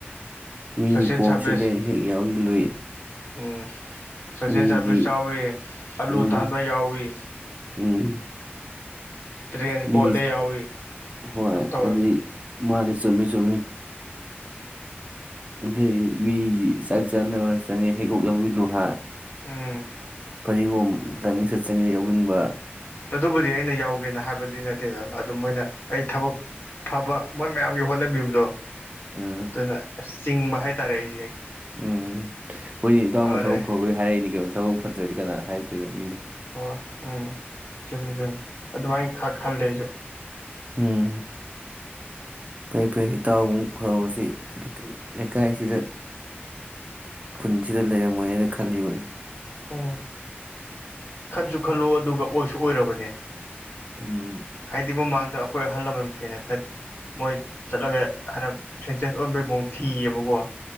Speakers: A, on the right (about 35°); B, on the left (about 50°).
A: ꯃꯤ
B: ꯁꯣꯁꯦꯜ
A: ꯀꯣꯝꯁꯤꯜꯂꯦ
B: ꯁꯥꯔꯚꯤꯁ
A: ꯍꯦꯛ ꯌꯥꯎꯁꯤꯜꯂꯨꯏ
B: ꯎꯝ ꯁꯣꯁꯦꯜ
A: ꯃꯤꯒꯤ
B: ꯁꯥꯔꯚꯤꯁ ꯌꯥꯎꯏꯤ ꯑꯂꯨ
A: ꯎꯝ
B: ꯇꯥꯟꯕ ꯌꯥꯎꯋꯤ
A: ꯎꯝ
B: ꯗ꯭ꯔꯦꯟ
A: ꯃꯤ
B: ꯀꯣꯠꯂꯦ ꯌꯥꯎꯋꯤ
A: ꯍꯣꯏ
B: ꯌꯥꯝ ꯇꯧꯋꯦꯕ
A: ꯑꯗꯨ ꯃꯥꯅꯤ ꯆꯨꯝꯃꯤ ꯆꯨꯝꯃꯤ ꯑꯗꯨꯏ ꯃꯤꯒꯤ ꯆꯛ ꯆꯠꯅꯕ ꯆꯪꯉꯦ ꯍꯦꯛ ꯎꯒꯤꯒꯨꯝ ꯂꯨꯍꯥ
B: ꯎꯝ
A: ꯐꯗꯤꯒꯣꯝ ꯇꯥꯏꯃꯤꯡꯁꯦꯠ ꯆꯤꯡꯉꯦ ꯌꯥꯎꯖꯤꯟꯕ
B: ꯑꯗꯨꯕꯨꯗꯤ ꯑꯩꯅ ꯌꯥꯎꯒꯦꯅ ꯍꯥꯏꯕꯗꯤ ꯅꯠꯇꯦꯗ ꯑꯗꯨꯝ ꯃꯣꯏꯅ ꯑꯩ ꯊꯕꯛ ꯐꯕ ꯃꯣꯏ ꯃꯌꯥꯝꯒꯤ ꯍꯣꯠꯅꯕꯤꯕꯗꯣ
A: ꯎꯝ
B: ꯑꯗꯨꯅ ꯑꯁ ꯆꯤꯡꯕ ꯍꯥꯏꯇꯥꯔꯦ ꯑꯩꯖꯦ
A: ꯎꯝꯝ ꯍꯣꯏꯅꯦ ꯏꯇꯥꯎꯅ
B: ꯑꯗꯨꯗꯩ
A: ꯊꯕꯛ ꯐꯕꯒꯤ ꯍꯥꯏꯔꯛꯏꯅꯤ ꯀꯩꯅꯣ ꯊꯕꯛ ꯐꯠꯇ꯭ꯔꯗꯤ ꯀꯅꯥ ꯍꯥꯏꯔꯛꯇꯣꯏꯅꯣ ꯃꯤꯅ
B: ꯍꯣꯏ ꯎꯝ ꯆꯨꯝꯃꯦ ꯆꯨꯝꯃꯦ ꯑꯗꯨꯃꯥꯏꯅ ꯈ ꯈꯜꯂꯦ ꯑꯩꯁꯨ
A: ꯎꯝ ꯐꯩꯐꯩ ꯏꯇꯥꯎꯃꯨꯛ ꯐꯕꯁꯤ ꯂꯩꯀꯥꯏꯁꯤꯗ ꯈꯨꯟꯁꯤꯗ ꯂꯩꯔꯝꯃꯣꯏ ꯍꯥꯏꯅ ꯈꯜꯂꯤꯕꯅꯦ
B: ꯎ ꯈꯟꯁꯨ ꯈꯜꯂꯨ ꯑꯗꯨꯒ ꯑꯣꯏꯁꯨ ꯑꯣꯏꯔꯕꯅꯦ
A: ꯎꯝ
B: ꯍꯥꯏꯗꯤ ꯃꯃꯥꯡꯗ ꯑꯩꯈꯣꯏ ꯑꯍꯜ ꯂꯃꯟ ꯀꯩꯅ ꯈ ꯃꯣꯏ ꯆꯠꯂꯒ ꯍꯥꯏꯔ ꯁꯦꯟꯁꯦꯁ ꯑꯣꯟꯕꯩ ꯃꯑꯣꯡ ꯊꯤꯌꯦꯕꯀꯣ